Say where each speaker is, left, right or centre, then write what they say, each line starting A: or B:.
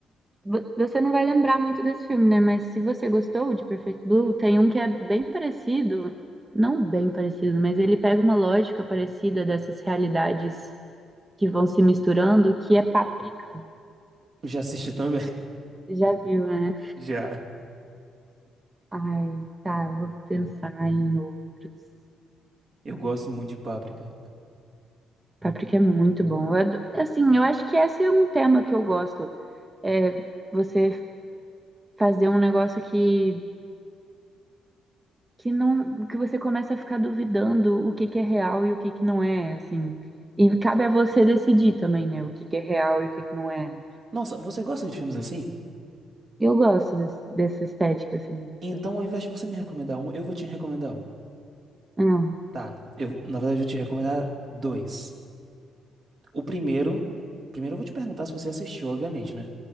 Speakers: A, on the right (about 20°); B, on the right (about 50°).
A: vo- você não vai lembrar muito desse filme, né? Mas se você gostou de Perfect Blue, tem um que é bem parecido, não bem parecido, mas ele pega uma lógica parecida dessas realidades que vão se misturando, que é Paprika.
B: Já assisti também.
A: Já viu, né?
B: <laughs> Já.
A: Ai, tá, vou pensar em outros.
B: Eu gosto muito de Páprica.
A: Páprica é muito bom. Eu ado- assim, eu acho que esse é um tema que eu gosto. É você fazer um negócio que, que não, que você começa a ficar duvidando o que que é real e o que que não é, assim. E cabe a você decidir também, né, o que que é real e o que que não é.
B: Nossa, você gosta de filmes assim?
A: Eu gosto desse- dessa estética, assim, dessa.
B: Então, ao invés de você me recomendar um, eu vou te recomendar um.
A: Hum.
B: Tá. Eu, na verdade, eu vou te recomendar dois. O primeiro. Primeiro eu vou te perguntar se você assistiu, obviamente, né?